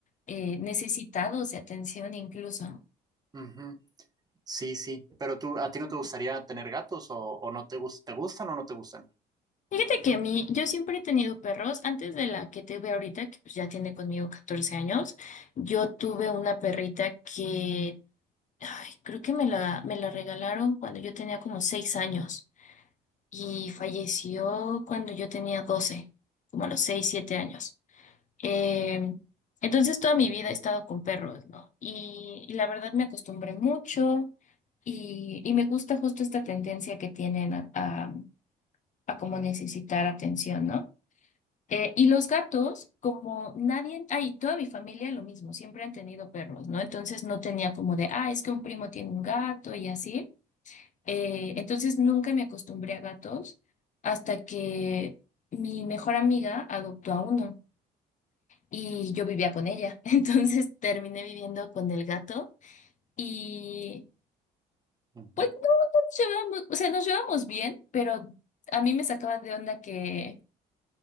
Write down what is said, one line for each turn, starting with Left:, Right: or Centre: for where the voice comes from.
Left: eh, necesitados de atención incluso.
Right: Ujú. Sí, sí. Pero tú, ¿a ti no te gustaría tener gatos o, o no te, gus- te gustan o no te gustan?
Left: Fíjate que a mí, yo siempre he tenido perros, antes de la que tuve ahorita, que pues ya tiene conmigo 14 años, yo tuve una perrita que Ay, creo que me la, me la regalaron cuando yo tenía como seis años y falleció cuando yo tenía 12 como a los seis, siete años. Eh, entonces toda mi vida he estado con perros, ¿no? Y, y la verdad me acostumbré mucho y, y me gusta justo esta tendencia que tienen a, a, a como necesitar atención, ¿no? Eh, y los gatos, como nadie, ay, toda mi familia lo mismo, siempre han tenido perros, ¿no? Entonces no tenía como de, ah, es que un primo tiene un gato y así. Eh, entonces nunca me acostumbré a gatos hasta que mi mejor amiga adoptó a uno y yo vivía con ella. <laughs> Entonces terminé viviendo con el gato y
Right: Ujú.
Left: pues no nos llevábamos, o sea, nos llevamos bien, pero a mí me sacaba de onda que